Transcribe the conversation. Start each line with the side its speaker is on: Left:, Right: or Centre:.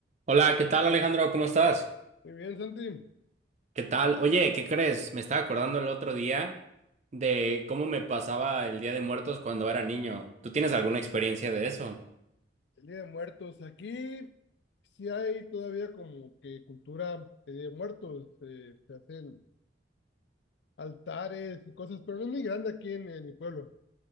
Right: Hola, ¿qué tal Alejandro? ¿Cómo estás?
Left: Muy bien, Santi.
Right: ¿Qué tal? Oye, ¿qué crees? Me estaba acordando el otro día de cómo me pasaba el Día de Muertos cuando era niño. ¿Tú tienes alguna experiencia de eso?
Left: El Día de Muertos. Aquí sí hay todavía como que cultura de Día de Muertos. eh, se hacen altares y cosas, pero no es muy grande aquí en, en mi pueblo.